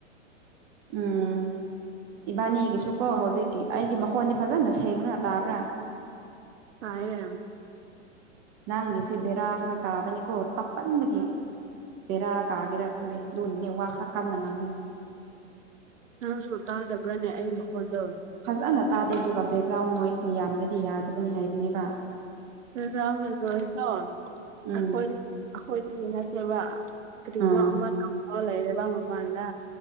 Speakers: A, on the right; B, on the right.
A: ꯎꯝ ꯏꯕꯥꯅꯤꯒꯤꯁꯨ ꯀꯣ ꯍꯧꯖꯤꯛꯀꯤ ꯑꯩꯒꯤ ꯃꯈꯣꯟꯗꯤ ꯐꯖꯅ ꯁꯦꯡꯅꯒ ꯇꯥꯕ꯭ꯔꯥ
B: ꯀꯑ
A: ꯅꯪꯒꯤꯁꯦ ꯕꯦꯔꯥꯈ꯭ꯔ ꯀꯥꯕꯅꯤꯀꯣ ꯇꯞꯄꯟꯕꯗꯒꯤ ꯕꯔꯥ ꯀꯒꯦꯔ ꯈꯪ ꯂꯩ ꯗꯣꯅꯅꯦ ꯋꯥ ꯈꯔ ꯀꯥꯟꯅꯉꯉꯨ
B: ꯅꯪꯁꯨ ꯇꯥꯗꯕ꯭ꯔꯥꯅꯦ ꯑꯩꯒꯤ ꯐꯣꯟꯗꯣ
A: ꯐꯖꯅ ꯇꯥꯗꯦ ꯑꯗꯨꯒ ꯕꯦꯛꯒ꯭ꯔꯥꯎꯟ ꯅꯣꯏꯁꯅ ꯌꯥꯝ꯭ꯔꯗꯤ ꯌꯥꯗꯕꯅꯤ ꯍꯥꯏꯕꯅꯤꯕ
B: ꯖꯥꯡꯅꯗꯔꯁꯨ ꯑꯩꯈꯣꯏ
A: ꯎꯝ
B: ꯑꯩꯈꯣꯏꯗꯗꯤ ꯅꯠꯇꯦꯕ ꯀꯔꯤꯅꯣ
A: ꯑꯥ
B: ꯑꯃ ꯇꯧ ꯂꯩꯔꯦꯕ ꯃꯄꯥꯟꯗ